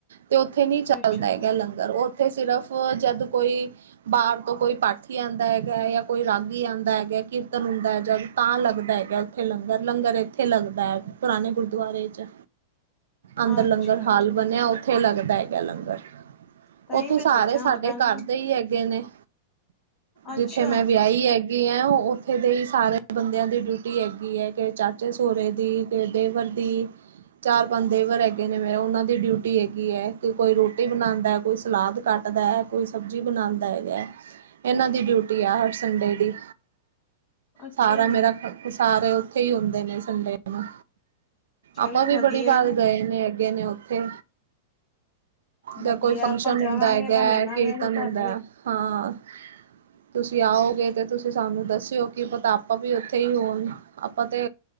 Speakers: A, on the right; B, on the left.
A: ਤੇ ਔਥੇ ਨੀ ਚੱਲਦਾ
B: ਅੱਛਾ ਅੱਛਾ
A: ਹੈਗਾ ਲੰਗਰ, ਔਥੇ ਸਿਰਫ ਜਦ ਕੋਈ ਬਾਰ ਤੋਂ ਕੋਈ ਪਾਠੀ ਆਂਦਾ ਹੈਗਾ ਯਾ ਕੋਈ ਰਾਗੀ ਆਂਦਾ ਦਾ ਹੈਗਾ ਕੀਰਤਨ ਹੁੰਦਾ ਜਦ ਤਾਂ ਲੱਗਦਾ ਹੈਗਾ ਉੱਥੇ ਲੰਗਰ, ਲੰਗਰ ਏਥੇ ਲੱਗਦੈ। ਪੁਰਾਣੇ ਗੁਰਦੁਆਰੇ ਚ, ਅੰਦਰ
B: ਅੱਛਾ
A: ਲੰਗਰ
B: ਅੱਛਾ
A: ਹਾਲ ਬਣਿਆ ਔਥੇ ਲੱਗਦਾ ਏ। ਦਾ ਲੰਗਰ
B: ਤਾਂ ਹੀ
A: ਔਥੇ
B: ਮੈਂ
A: ਸਾਰੇ
B: ਸੋਚਿਆ
A: ਸਾਡੇ
B: ਪਤਾ ਨੀ
A: ਘਰਦੇ ਹੀ ਹੈਗੇ ਨੇ।
B: ਅੱਛਾ
A: ਜਿੱਥੇ ਮੈਂ ਵਿਆਹੀ ਹੈਗੀ ਆ ਔਥੇ ਦੇ ਹੀ ਸਾਰੇ ਬੰਦਿਆਂ ਦੀ ਡਿਊਟੀ ਹੈਗ ਗੀ ਐ, ਕੇ ਚਾਚੇ ਸੋਰੇ ਦੀ, ਕੇ ਦੇਵਰ ਦੀ, ਚਾਰ ਪੰਜ ਦੇਵਰ ਹੈਗੇ ਨੇ ਮੇਰ ਉਨਾਂ ਦੀ ਦੀ ਡਿਊਟੀ ਹੈਗੀ ਐ। ਕੋਈ ਰੋਟੀ ਬਣਾਦਾ, ਕੋਈ ਸਲਾਦ ਕੱਟਦਾ, ਕੋਈ ਸਬਜ਼ੀ ਬਣਾਂਦਾ ਹੈਗੈ। ਏਨਾਂ ਦੀ ਡਿਊਟੀ ਆ ਹਰ ਸੰਡੇ ਦੀ।
B: ਅੱਛਾ
A: ਸਾਰਾ ਮੇਰਾ
B: ਜੀ
A: ਖ ਸਾਰੇ ਓਥੇ ਹੀ ਹੋੰਦੇ ਨੇ ਸੰਡੇ ਨੂੰ।
B: ਚਲੋ
A: ਆਪਾਂ ਵੀ
B: ਵਧੀਆ
A: ਬੜੀ ਵਾਰ ਗਏ ਨੇ ਅੱਗੇ ਨੇ ਉਥੇ।
B: ਵਧੀਆ
A: ਜਾਂ ਕੋਈ ਫੰਕਸ਼ਨ
B: ਆਪਾਂ ਜਾਵਾਂਗੇ
A: ਹੁੰਦਾ ਹੈਗੈ,
B: ਤਾਂ ਮਿਲਾਂਗੇ
A: ਕੀਰਤਨ
B: ਫਿਰ ਤੁਹਾਡੇ
A: ਹੁੰਦਾ, ਹਾਂ। ਤੁਸੀਂ ਆਓਗੇ ਤੇ ਤੁਸ ਤੁ ਸਾਨੂੰ ਦੱਸਿਓ ਕਿ ਪਤਾ ਆਪਾਂ ਵੀ ਔਥੇ ਹੀ ਹੋਣ, ਆਪਾਂ ਤੇ